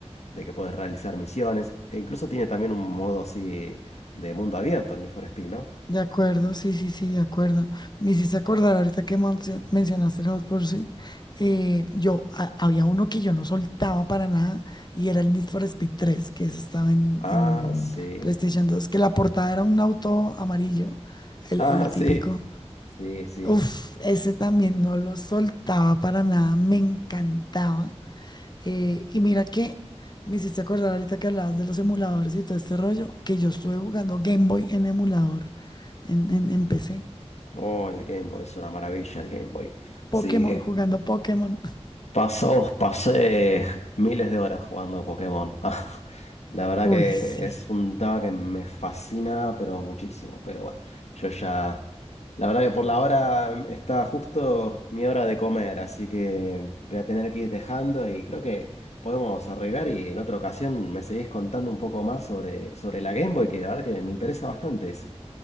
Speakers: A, on the left; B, on the left.
A: de que puedes realizar misiones. E incluso tiene también un modo así de mundo abierto el Need for Speed, ¿no?
B: de acuerdo, sí, sí, sí, de acuerdo. Me hiciste acordar ahorita que mencio- mencionaste los Pursuit. eh, yo, a- había uno que yo no soltaba para nada y era el Need for Speed 3, que ese estaba en,
A: Ah,
B: en
A: sí.
B: PlayStation
A: <laughs>
B: 2, que la portada era un auto amarillo, el,
A: Ah,
B: el
A: sí.
B: típico.
A: Sí, sí.
B: Uf, ese también no lo soltaba para nada, me encantaba. Eh, y mira que me hiciste acordar ahorita que hablabas de los emuladores y todo este rollo, que yo estuve jugando Game Boy en emulador, en, en, en PC.
A: Oh, el Game Boy es una maravilla el Game Boy.
B: Pokémon,
A: Sí,
B: jugando Pokémon.
A: Pasados, pasé miles de horas jugando Pokémon. <laughs> Ah, la verdad
B: <laughs>
A: que
B: Uy, sí,
A: es un tema que me fascina, pero muchísimo. Pero bueno, yo ya. La verdad que por la hora mm, está justo mi hora de comer, así que voy a tener que ir dejando y creo que podemos arreglar y en otra ocasión me seguís contando un poco más sobre, sobre la Game Boy, que la verdad que me interesa bastante eso.